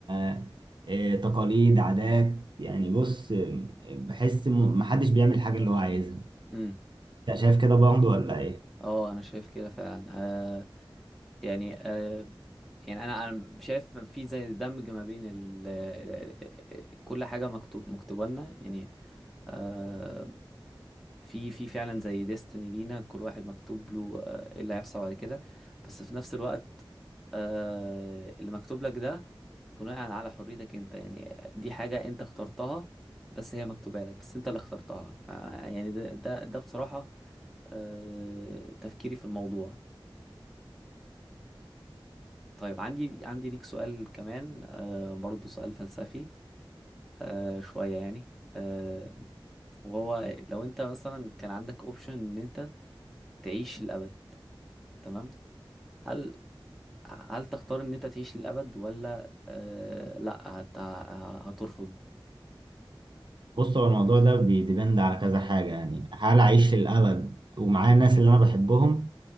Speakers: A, on the right; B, in the centre.
A: آه، آه، تقاليد عادات يعني بص آه، بحس م- محدش بيعمل حاجه اللي هو عايزها
B: امم
A: انت شايف كده برضه ولا ايه
B: اه انا شايف كده فعلا آه يعني آه يعني انا انا شايف إن في زي دمج ما بين ال ال- كل حاجه مكتوب مكتوبه لنا يعني آه في في فعلا زي ديستني لينا كل واحد مكتوب له آه ايه اللي هيحصل بعد كده بس في نفس الوقت آه اللي مكتوب لك ده بناء على حريتك انت يعني دي حاجه انت اخترتها بس هي مكتوبه لك بس انت اللي اخترتها ف- يعني ده ده ده بصراحه آه تفكيري في الموضوع طيب عندي عندي ليك سؤال كمان آه برضو سؤال فلسفي آه شوية يعني آه وهو لو انت مثلا كان عندك اوبشن ان انت تعيش للأبد تمام هل هل تختار ان انت تعيش للأبد ولا آه لا هت... هترفض
A: بص هو الموضوع ده بيديبند على كذا حاجة يعني هل أعيش للأبد ومعايا الناس اللي أنا بحبهم